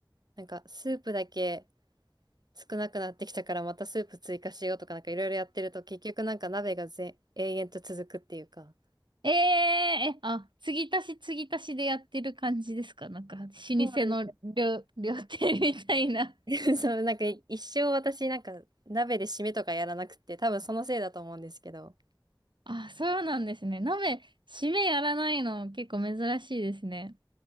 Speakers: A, on the right; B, on the right.
A: なんかスープだけ少なくなってきたからまたスープ追加しようとかなんかいろいろやってると結局なんか鍋がぜ、永遠と続くっていうか。
B: あ、えー、え、あ、継ぎ足し継ぎ足しでやってる感じですかなんか、老舗
A: そうなん
B: の料、料亭みたいな。
A: です <laughs>。そう、なんか一生私なんか鍋で締めとかやらなくて多分そのせいだと思うんですけど。
B: あ、そうなんですね。鍋、締めやらないの結構珍しいですね。